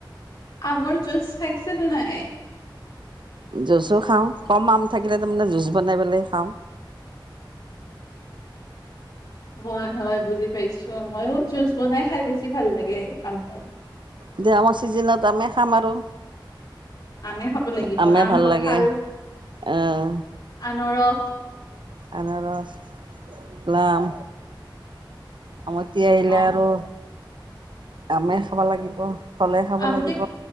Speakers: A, on the left (about 60°); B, on the right (about 70°).
A: আমৰ জুচ খাইছে নে নাই?
B: জুচো খাওঁ কম আম থাকিলে তামানে জুচ বনাই পেলাই খাওঁ।
A: হয় হয় বুজি পাইছো মইয়ো জুচ বনাই খাই বেছি ভাল লাগে আমৰ।
B: এতিয়া আমৰ চিজনত আমে খাম আৰু।
A: আমে খাব লাগিব
B: আমে
A: আম
B: ভাল
A: কঁঠাল
B: লাগে আহ
A: আনৰস,
B: আনাৰস প্লাম। আমতি আহিলে
A: অ
B: আৰু। আমে খাব লাগিব। ফলে খাব
A: আম
B: লাগিব